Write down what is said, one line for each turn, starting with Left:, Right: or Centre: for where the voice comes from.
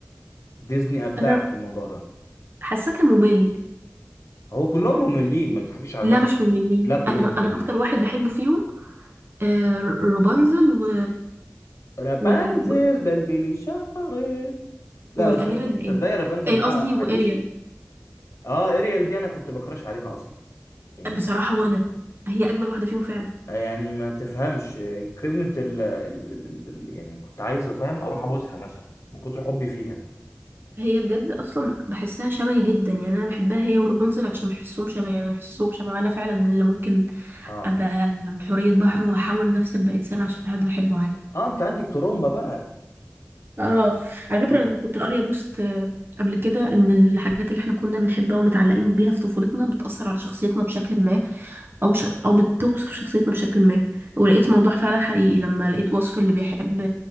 Left: ديزني ابدعت
Right: انا
Left: في الموضوع ده
Right: حاساه كان ممل
Left: هو كلهم مملين ما تضحكيش على
Right: لا
Left: نفسك
Right: مش مملين
Left: لا كلهم
Right: انا
Left: مملين
Right: انا اكتر واحد بحبه فيهم آه، روبانزل و...
Left: رابنزل
Right: وال...
Left: دلدلي شعري لا
Right: والاميرة
Left: بس راب-
Right: النائمة
Left: تصدقي رابنزل
Right: آه، قصدي
Left: ده حديث
Right: واريال
Left: اه اريال دي انا كنت بكراش عليها اصلا يعني
Right: بصراحة وانا هي اجمل واحدة فيهم فعلا
Left: يعني ما تفهمش كلمة ال... ال... ال... ال... يعني كنت عايز فاهم اروح ابوسها مثلا من كتر حبي فيها
Right: هي بجد اصلا بحسها شبهي جدا يعني انا بحبها هي ورابنزل عشان بحسهم شبهي انا بحسهم شبهي انا فعلا اللي ممكن
Left: اه
Right: ابقى حورية بحر واحاول نفسي ابقى انسان عشان حد بحبه عادي
Left: اه انت عندك ترومبا بقى
Right: اه على
Left: رب...
Right: فكرة انا كنت قارية بوست آه، قبل كده ان الحاجات اللي احنا كنا بنحبها ومتعلقين بيها في طفولتنا بتأثر على شخصيتنا بشكل ما او ش... او بتوصف شخصيتنا بشكل ما ولقيت موضوع فعلا حقيقي لما لقيت وصف اللي بيحب